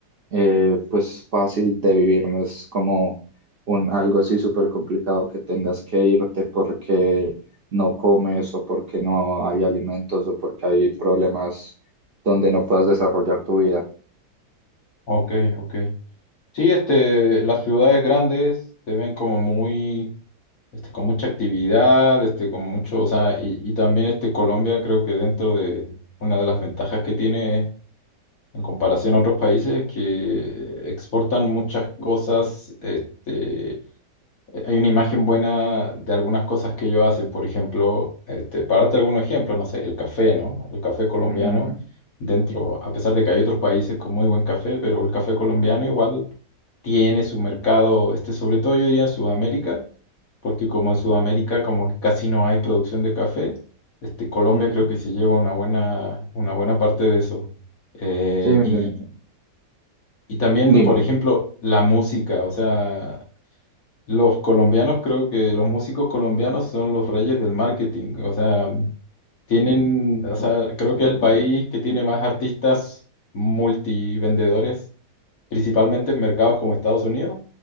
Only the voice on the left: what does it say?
ok, ok. Sí, este, las ciudades grandes se ven como muy este, con mucha actividad, este, con mucho, o sea, y, y también este Colombia creo que dentro de una de las ventajas que tiene en comparación a otros países es que exportan muchas cosas, este, eh, Hay una imagen buena de algunas cosas que ellos hacen, por ejemplo, este, para darte algún ejemplo, no sé, el café, ¿no? El café colombiano,
dentro, a pesar de que hay otros países con muy buen café, pero el café colombiano igual tiene su mercado, este, sobre todo yo diría en Sudamérica, porque como en Sudamérica como que casi no hay producción de café, este, Colombia
creo que se lleva una buena, una buena parte de eso. Eh,
y, y también,
por ejemplo, la música, o sea, los colombianos, creo que los músicos colombianos son los reyes del marketing. O sea, tienen, o sea, creo que el país que tiene más artistas multivendedores, principalmente en mercados como Estados Unidos.